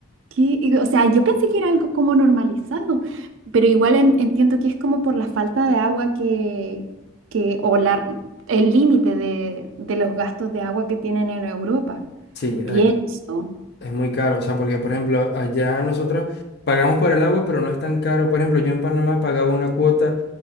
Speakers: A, on the right; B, on the left.
A: ¿qué?". Y, O sea, yo pensé que era algo como normalizado, pero igual en- entiendo que es como por la falta de agua que, que o la, el límite de, de los gastos de agua que tienen en Europa.
B: Sí,
A: Pienso,
B: aquí. Es muy caro, o sea, porque por ejemplo, allá nosotros pagamos por el agua, pero no es tan caro. Por ejemplo, yo en Panamá pagaba una cuota